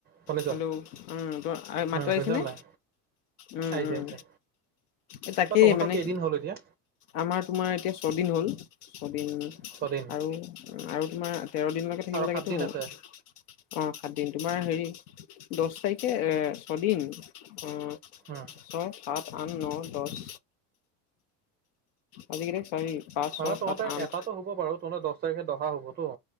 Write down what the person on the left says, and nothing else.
হেল্ল' অঁ ত মাতো
আহিছেনে
উম
উম
এই তাকেই
মানে
আমাৰ তোমাৰ এতিয়া ছদিন হ'ল এশ দিন
আৰু আৰু তোমাৰ তেৰ দিনলৈকে থাকিব
লাগেতো।
অঁ
সাতদিন তোমাৰ হেৰি দহ তাৰিখে ছদিন, ছয়
সাত আঠ ন দহ আজি কেই তাৰিখ? চাৰি পাঁচ
ছয়
সাত আঠ